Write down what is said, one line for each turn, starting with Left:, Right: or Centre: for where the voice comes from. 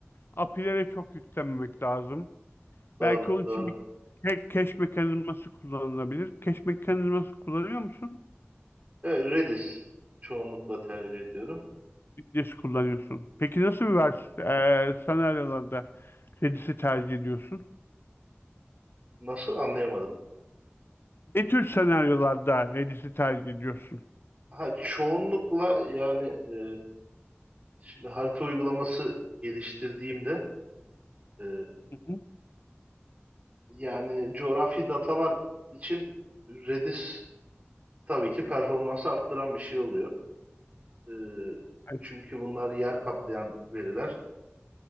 Left: API'lere çok yüklenmemek lazım.
Right: Doğru,
Left: Belki onun
Right: doğru.
Left: için bir cache cache mekanizması kullanılabilir. Cache mekanizması kullanıyor musun?
Right: Evet, Redis çoğunlukla tercih ediyorum.
Left: Redis kullanıyorsun. Peki nasıl
Right: Aha.
Left: bir vers e, senaryolarda Redis'i tercih ediyorsun?
Right: Nasıl anlayamadım.
Left: Ne tür senaryolarda Redis'i tercih ediyorsun?
Right: Ha, çoğunlukla yani e, şimdi harita uygulaması geliştirdiğimde e,
Left: Hı hı.
Right: yani coğrafi datalar için Redis tabii ki performansı arttıran bir şey oluyor. E,
Left: Evet.
Right: çünkü bunlar yer kaplayan veriler.